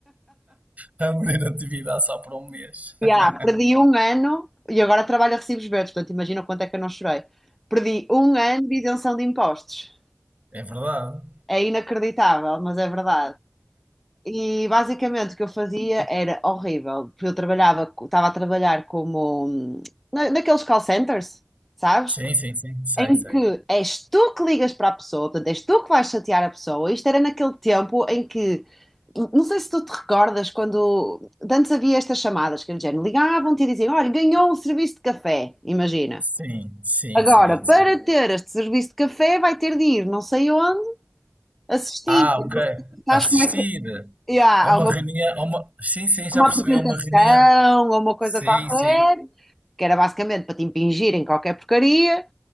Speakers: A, on the right; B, in the centre.
A: a abrir atividade só para um mês. <laughs>
B: e, ah, perdi um ano e agora trabalho a recibos verdes, portanto, imagina o quanto é que eu não chorei. Perdi um ano de isenção de impostos.
A: É verdade.
B: É inacreditável, mas é verdade. E basicamente o que eu fazia era horrível, porque eu trabalhava, co- estava a trabalhar como hum, na- naqueles call centers, sabes?
A: Sim, sim, sim. Sei,
B: Em
A: sei.
B: que és tu que ligas para a pessoa, portanto, és tu que vais chatear a pessoa. Isto era naquele tempo em que, não sei se tu te recordas, quando de antes havia estas chamadas, que era do género, ligavam-te e diziam, olha, ganhou um serviço de café, imagina.
A: Sim, sim,
B: Agora,
A: sim, sim.
B: para ter este serviço de café, vai ter de ir não sei onde, assistir.
A: Ah, ok.
B: Sabes
A: Assistir
B: como é que. Yeah,
A: a uma
B: há uma
A: reunião, a uma... Sim, sim, já
B: uma
A: percebi,
B: apresentação
A: a uma reunião.
B: ou uma coisa
A: Sim,
B: qualquer,
A: sim.
B: que era basicamente para te impingirem qualquer porcaria,